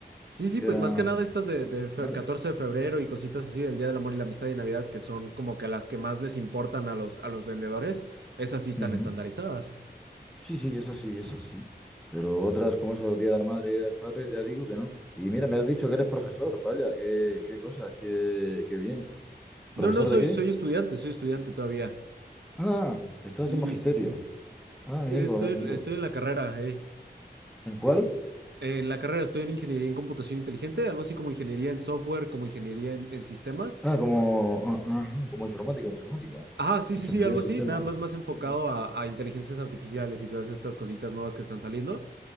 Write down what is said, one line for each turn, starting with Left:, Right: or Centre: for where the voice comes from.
Right: Sí, sí,
Centre: que
Right: pues
Centre: eran
Right: más que nada estas de, de fe-
Centre: finales.
Right: 14 de febrero y cositas así del Día del Amor y la Amistad y Navidad, que son como que las que más les importan a los, a los vendedores, esas sí están
Centre: Ujú.
Right: estandarizadas.
Centre: Sí, sí, eso sí, eso sí. Pero otras como esos Día de la Madre y Día del Padre, ya digo que no. Y mira, me has dicho que eres profesor, vaya, qué, qué cosas, qué, qué bien. ¿Profesor
Right: No, no, soy,
Centre: de qué?
Right: soy estudiante, soy estudiante todavía.
Centre: Ah, estás
Right: Sí,
Centre: en magisterio.
Right: sí, sí.
Centre: Ah, amigo,
Right: Sí, Estoy,
Centre: amigo.
Right: en- estoy en la carrera, eh.
Centre: ¿En cuál?
Right: En la carrera estoy en ingeniería en computación inteligente, algo así como ingeniería en software, como ingeniería en en sistemas.
Centre: Ah, como, ah, ajá, como informática, informática.
Right: Ajá, sí,
Centre: Ingeniería
Right: sí, sí, algo
Centre: de
Right: así,
Centre: sistemas.
Right: nada más más enfocado
Centre: Ujú.
Right: a, a inteligencias artificiales y todas estas cositas nuevas que están saliendo,